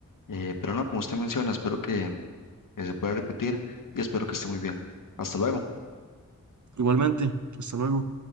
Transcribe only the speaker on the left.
Eh, pero no, como usted menciona, espero que, que se pueda repetir y espero que esté muy bien. Hasta luego.